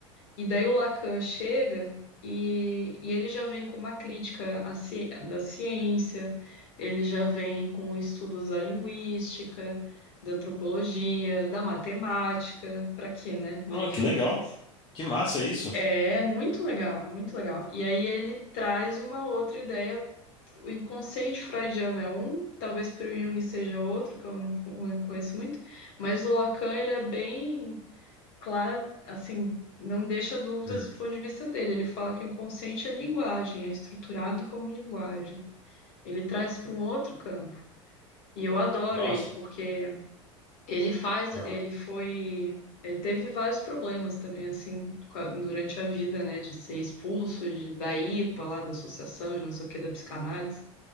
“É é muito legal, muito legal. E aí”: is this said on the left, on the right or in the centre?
Left